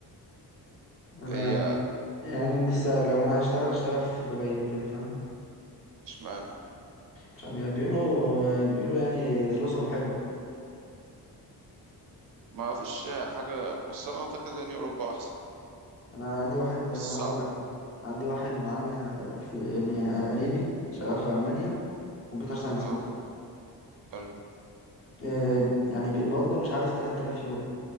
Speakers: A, on the left; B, on the right.
A: أنا
B: هي
A: يعني نفسي لو أنا هشتغل أشتغل في دبي وكده فاهم
B: اشمعنى
A: مش عارف يعني بيقولوا بيقولوا يعني فلوسهم حلوة
B: ما فيش حاجة بس انا اعتقد يعني اوروبا احسن
A: انا عندي واحد
B: بس
A: ما انا
B: صعبة
A: هقول لك عندي واحد معانا في يعني قريبي شغال في المانيا كمبيوتر ساينس
B: اه
A: برضه
B: حلو
A: إيه، يعني بيقبض له مش عارف 3000 يورو